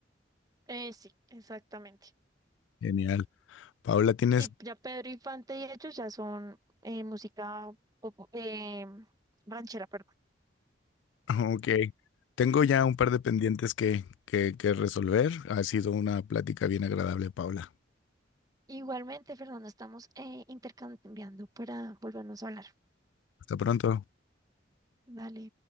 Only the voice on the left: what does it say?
Genial. Paula, tienes,
<laughs> ok, tengo ya un par de pendientes que, que, que resolver. Ha sido una plática bien agradable, Paula.
Hasta pronto.